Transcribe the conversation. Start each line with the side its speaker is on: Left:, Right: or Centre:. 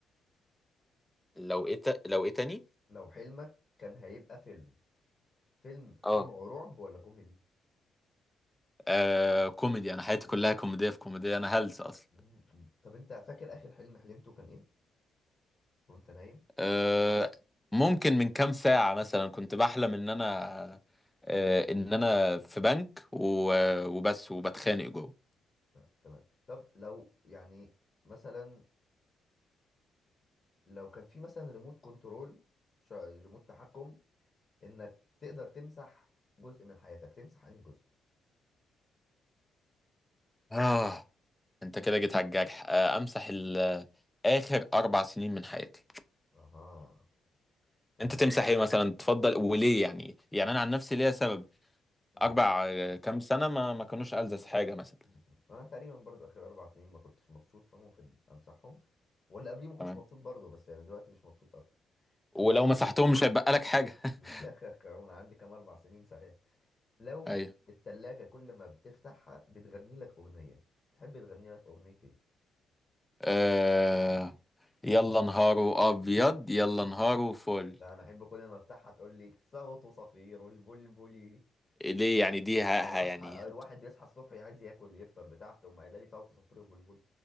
Centre: لو ايه تا- لو ايه تاني
Left: <laughs> لو حلمك كان هيبقى فيلم فيلم
Centre: اه
Left: نوعه رعب ولا كوميدي
Centre: آه، كوميدي انا حياتي كلها كوميديه في كوميديه انا هلس اصلا
Left: مم. طب انت فاكر اخر حلم حلمته كان ايه وانت نايم
Centre: أه ممكن من كام ساعة مثلا كنت بحلم ان انا أه ان انا في بنك و- وبس وبتخانق جوه
Left: آه، تمام طب لو يعني مثلا لو كان في مثلا ريموت كنترول ش- ريموت تحكم انك تقدر تمسح جزء من حياتك تمسح انهي جزء
Centre: آه انت كده جيت على الجرح أه امسح ال- اخر اربع سنين من حياتي
Left: اها تمام
Centre: انت تمسح ايه مثلا تفضل وليه يعني يعني انا عن نفسي ليا سبب
Left: مم.
Centre: اربع آه، كام سنة ما ما كانوش ألذذ حاجة مثلا
Left: مم. انا تقريبا برضو اخر اربع سنين ما كنتش مبسوط فممكن امسحهم ولا قبليه ما كنتش
Centre: تمام
Left: مبسوط برضو بس يعني دلوقتي مش مبسوط اكتر
Centre: ولو
Left: لو
Centre: مسحتهم مش هيبقى لك حاجة <laughs>
Left: <laughs> انا عندي كام اربع سنين صحيح لو
Centre: ايوه
Left: التلاجة كل ما بتفتحها بتغني لك أغنية تحب تغني لك أغنية إيه؟
Centre: أه يلا نهاره ابيض يلا نهاره فل
Left: لا أنا أحب كل ما أفتحها تقول لي صوت صفير البلبل
Centre: ليه يعني دي ها
Left: حتى أنا
Centre: ها يعني
Left: أصحى الواحد بيصحى الصبح عايز ياكل يفطر بتاع فتقوم قايلة لي صوت صفير البلبل